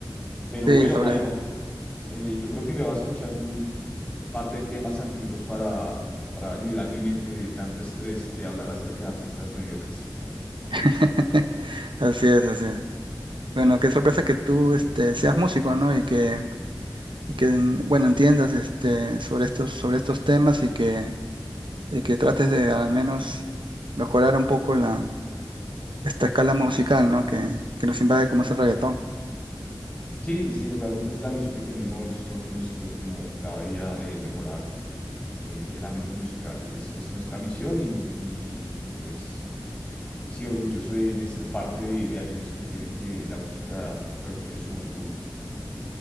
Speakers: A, on the left; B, on the right.
A: Pero
B: Sí,
A: bueno,
B: sobre.
A: Jairo, eh, yo creo que me va a escuchar un par de temas antiguos para, para liberar mi mente de tanto estrés de hablar acerca de artistas mediocres.
B: <laughs> Así es, así es. Bueno, qué sorpresa que tú este, seas músico, ¿no? Y que, y que, bueno, entiendas este, sobre estos, sobre estos temas y que y que trates de al menos mejorar un poco la, esta escala musical, ¿no? Que, que nos invade como es el reggaetón.
A: Sí, sí, realmente esa es la misión que tenemos los músicos, como cada día eh, mejorar eh, el ámbito musical. Es, es nuestra misión y, y, y pues sí, orgulloso de, de ser parte de, de aquellos que quieren que la música retome su buen rumbo,